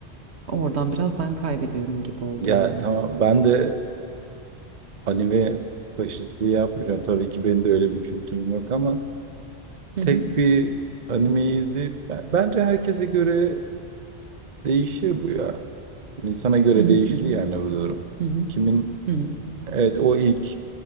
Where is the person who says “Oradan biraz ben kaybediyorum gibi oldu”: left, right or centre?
Right